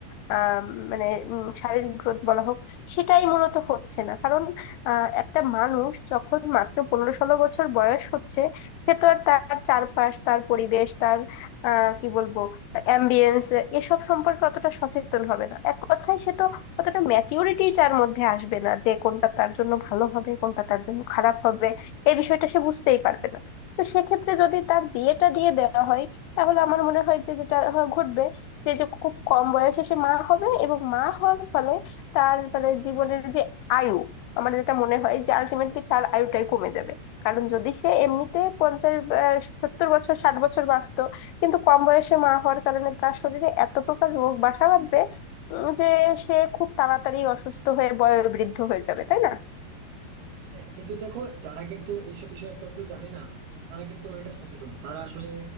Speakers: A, on the left; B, on the right.
A: আহ, মানে উম, শারীরিক গ্রোথ বলা হোক সেটাই মূলত হচ্ছে না কারণ আহ, একটা মানুষ যখন মাত্র পনেরো ষোলো বছর বয়স হচ্ছে সে তো আর তার চারপাশ তার পরিবেশ তার আহ কি বলবো অ্যাম্বিয়েন্স এসব সম্পর্কে অতটা সচেতন হবে না এক কথায় সে তো অতটা ম্যাচিউরিটি তার মধ্যে আসবে না যে কোনটা তার জন্য ভালো হবে কোনটা তার জন্য খারাপ হবে এই বিষয়টা সে বুঝতেই পারবে না তো সেক্ষেত্রে যদি তার বিয়েটা দিয়ে দেওয়া হয় তাহলে আমার মনে হয় যে যেটা হ- ঘটবে যে যে খুব কম বয়সে সে মা হবে এবং মা হওয়ার ফলে তার মানে জীবনের যে আয়ু আমার যেটা মনে হয় যে আলটিমেটলি তার আয়ুটাই কমে যাবে কারণ যদি সে এমনিতে পঞ্চাশ আহ, সত্তর বছর ষাট বছর বাঁচতো কিন্তু কম বয়সে মা হওয়ার কারণে তার শরীরে এত প্রকার রোগ বাসা বাঁধবে উম, যে সে খুব তাড়াতাড়ি অসুস্থ হয়ে বয়োবৃদ্ধ হয়ে যাবে তাই না
B: হ্যাঁ কিন্তু দেখো যারা কিন্তু এইসব বিষয়ে একটু একটু জানে না তারা কিন্তু অনেকটা সচেতন তারা আসলে